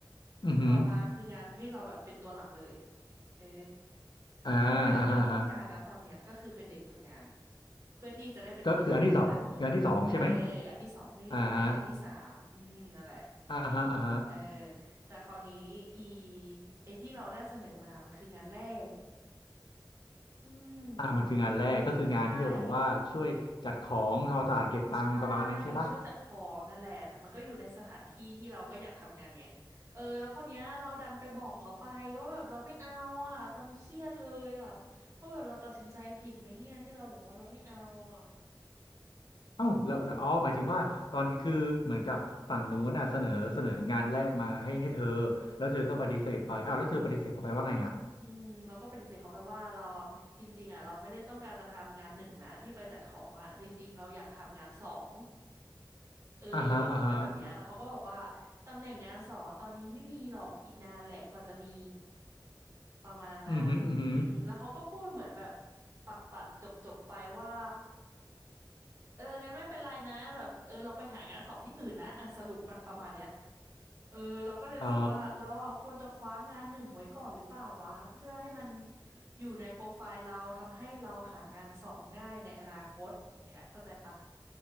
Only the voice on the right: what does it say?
ต่อมาคืองานที่เราแบบเป็นตัวหลักเลยเออ
แล้วงานที่เราต้องการนะตอนเนี้ยก็คือเป็นเด็กฝึกงานเพื่อที่จะได้เป็นตัวหลักในอนาคตเออ
อันที่สองเพื่อที่จะไปอันที่สามอืมนั่นแหละ
เออแต่คราวนี้อีไอที่เราได้เสนอมามันคืองานแรกอืม
ใช่ ใช่ช่วยจัดของนั่นแหละแต่มันก็อยู่ในสถานที่ที่เราก็อยากทำงานไงเออแล้วคราวเนี้ยเราดันไปบอกเขาไปว่าแบบเราไม่เอาอ่ะตอนนี้เครียดเลยอ่ะว่าแบบเราตัดสินใจผิดไหมเนี่ยที่เราบอกว่าเราไม่เอาอ่ะ
อืมเราก็ปฏิเสธเขาไปว่าเราอ่ะจริงๆอ่ะเราไม่ได้ต้องการจะทำงานหนึ่งนะที่ไปจัดของอ่ะจริงๆเราอยากทำงานสองเออเราบอกเขาไปแบบเนี้ยแล้วเขาก็บอกว่า
ตำแหน่งงานสองอะตอนนี้ไม่มีหรอกอีกนานแหละกว่าจะมีประมาณนั้นอืมแล้วเขาก็พูดเหมือนแบบ
ปัดปัดจบจบไปว่าเอองั้นไม่เป็นไรนะแบบเออลองไปหางานสองที่อื่นนะอ่ะสรุปมันประมาณเนี้ยเออเราก็เลยรู้สึกว่าเราอ่ะควรจะคว้างานหนึ่งไว้ก่อนหรือเปล่าวะเพื่อให้มัน
อยู่ในโปรไฟล์เราทำให้เราหางานสองง่ายในอนาคตอย่างเงี้ยเข้าใจปะ